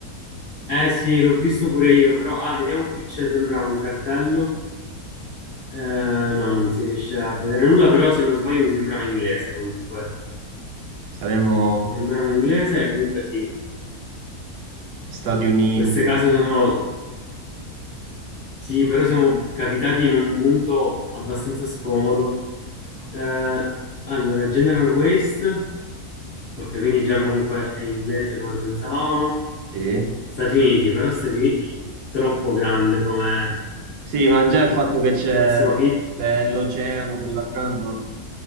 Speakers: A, on the left; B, on the right.
A: Eh sì, l'ho visto pure io, però... Ah, vediamo qui c'è, sembra un cartello. Eh, no, non si riesce a vedere nulla, però se non sbaglio mi sembrava inglese comunque.
B: Saremo
A: Mi sembrava inglese e comunque sì,
B: Stati Uniti,
A: queste case sono Sì, però siamo capitati in un punto abbastanza scomodo. Eh, allora, General Waste, ok, quindi già comunque è inglese come pensavamo.
B: sì.
A: Stati Uniti, però Stati Uniti è troppo grande come...
B: Sì, ma già il fatto che c'è
A: E siamo finiti...
B: c'è l'oceano, quello accanto,